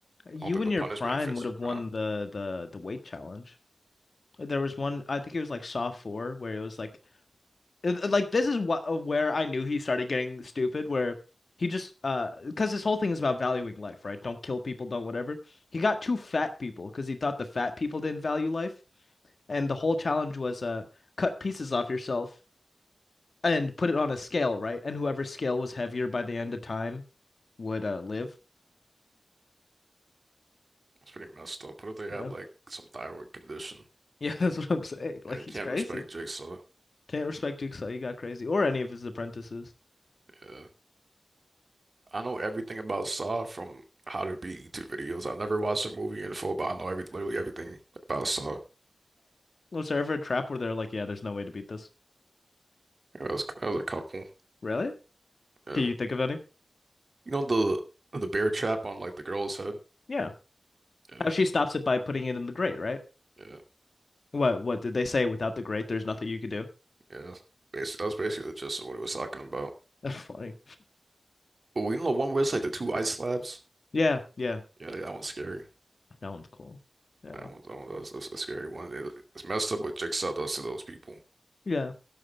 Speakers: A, on the left; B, on the right.
A: You
B: I don't think
A: in
B: the
A: your
B: punishment
A: prime
B: fits
A: would
B: the
A: have
B: crime.
A: won the the the weight challenge. There was one, I think it was like Saw 4, where it was like, it- like this is what where I knew he started getting stupid, where he just uh, because his whole thing is about valuing life, right? Don't kill people, don't whatever. He got two fat people because he thought the fat people didn't value life, and the whole challenge was uh, cut pieces off yourself and put it on a scale, right? And whoever scale was heavier by the end of time would uh live.
B: It's pretty messed up. What if they
A: No.
B: had like
A: <laughs>
B: some thyroid condition?
A: Yeah, that's what I'm saying. Like
B: Yeah,
A: he's
B: you can't
A: crazy.
B: respect Jigsaw.
A: Can't respect Jigsaw. He got crazy, or any of his apprentices.
B: Yeah, I know everything about Saw from How to Beat YouTube videos. I've never watched a movie in full, but I know every literally everything about Saw.
A: Was there ever a trap where they're like, yeah, there's no way to beat this?
B: Yeah, that was, that was a couple.
A: Really?
B: Yeah.
A: Can you think of any?
B: You know the the bear trap on like the girl's head.
A: Yeah.
B: Yeah.
A: How she stops it by putting it in the grate, right?
B: Yeah,
A: What what did they say without the grate there's nothing you could do?
B: yeah. Bas that was basically the gist of what it was talking about.
A: <laughs> That's funny.
B: Oh, you know the one where it's like the two ice slabs?
A: Yeah, yeah.
B: Yeah, that one's scary.
A: That one's cool. Yeah.
B: That one, that one, that's, that's a scary one. It, it's messed up what Jigsaw does to those people.
A: Yeah.